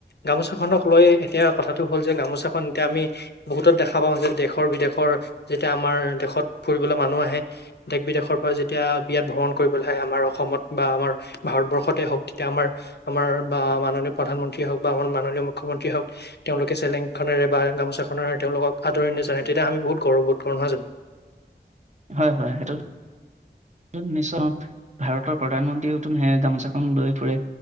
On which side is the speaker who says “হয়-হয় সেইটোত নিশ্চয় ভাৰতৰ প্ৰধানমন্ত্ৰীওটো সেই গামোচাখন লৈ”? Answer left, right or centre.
Right